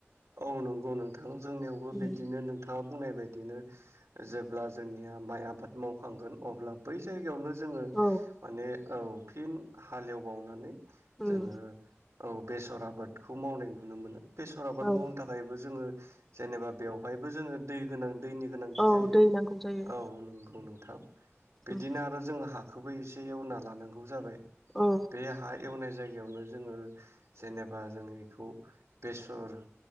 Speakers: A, on the right; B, in the centre.
A: औ नंगौ नोंथां। जोंनियावबो
B: उम
A: बिदिनो नों थाङा बुंनाय बायदिनो जेब्ला जोंनिया माइ आबाद मावखांगोन अब्ला बै जायगायावनो जोङो
B: औ
A: माने औ फिन हालेवबावनानै
B: उम
A: जोङो औ बेसर आबाद खौ मावनाय नुनो मोनो बे मावनो
B: औ
A: थाखायबो जोङो जेनेबा बेवहायबो जोङो दै गोनां दैनि गोनांथि
B: औ
A: जायो
B: दै नांगौ जायो
A: औ नंगौ नों थाव। बिदिनो
B: उम
A: आरो जोंहा। बेखौबो एसे एवना लानांगौ जाबाय।
B: औ
A: बे हा एवनाय जायगायावनो जोङो जेनेबा जों बेखौ बेसर